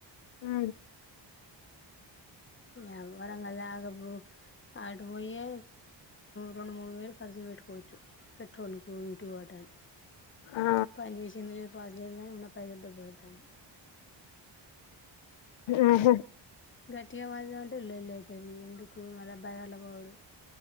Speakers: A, on the left (about 85°); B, on the left (about 25°).
A: ఆ
B: ఏ వరంగల్ ఆగపో అటు బోయి రెండు మూడు వేలు కర్చు పెట్టుకోవచ్చు పెట్రోల్కు ఇటు వాటని
A: ఆ
B: పని వేషంద లేద గాని పైసలుతో బరదని
A: ఆహా
B: గట్ ఇ మాది అంటే ఇల్లుల్ళ అవుతుంది ఎందుకు మళ్ళబ్ బదల పోడు